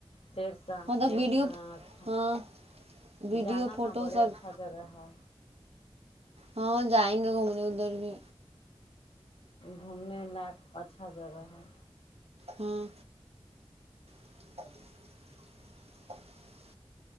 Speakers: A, on the left; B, on the right.
A: سیرس آ
B: مطلب
A: کے
B: ویڈیو
A: ہاں اچھا
B: ہاں ویڈیو
A: جانا
B: فوٹو
A: نا بڑی
B: سب
A: اچھا جگہ ہے
B: ہاں جائیں گے گھومنے ادھر بھی
A: گھومنے لائق اچھا جگہ ہے
B: ہاں <inaudible>